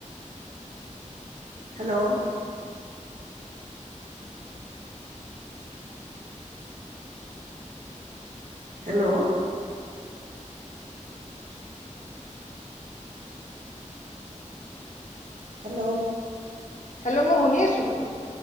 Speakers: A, on the right (about 75°); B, on the left (about 70°).
A: hello hello hello
B: hello মই শুনি আছো।